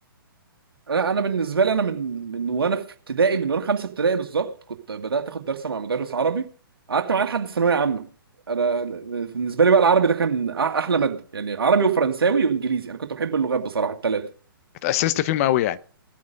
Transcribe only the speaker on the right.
انا انا بالنسبه لي انا من من وانا في ابتدائي من وانا خمسه ابتدائي بالظبط كنت بدات اخد درس مع مدرس عربي قعدت معاه لحد الثانويه عامه انا بالنسبه لي بقى العربي ده كان أح- احلى ماده يعني عربي وفرنساوي وانجليزي انا كنت بحب اللغات بصراحه الثلاثه